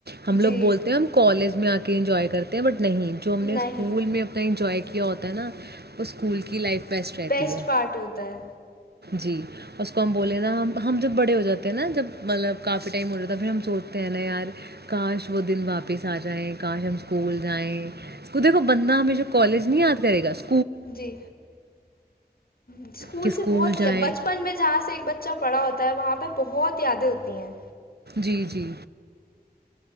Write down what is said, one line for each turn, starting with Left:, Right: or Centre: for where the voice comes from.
Right: ہم
Left: جی
Right: لوگ بولتے ہیں ہم کالج میں آ کے انجوائے کرتے ہیں بٹ نہیں جو ہم
Left: نہیں
Right: نے اسکول میں اپنا انجوائے کیا ہوتا ہے نا وہ اسکول کی لائف رہتی
Left: بیسٹ
Right: ہے
Left: پارٹ ہوتا ہے
Right: جی اس کو ہم بولے نا ہم ج بڑے ہو جاتے نا جب مطلب کافی ٹائم ہو جاتا پھر ہم سوچتے ہیں نا یار کاش وہ دن واپس آ جائیں کاش ہم اسکول جائیں اس کو دیکھو بندہ ہمیشہ کالج نہیں یاد کرے گا اس
Left: جی اسکول
Right: کہ
Left: سے بہت ہی
Right: جائیں
Left: ہے بچپن میں جہاں سے ایک بچہ پڑا ہوتا ہے وہاں پہ پہ بہت یادیں ہوتی ہیں
Right: جی جی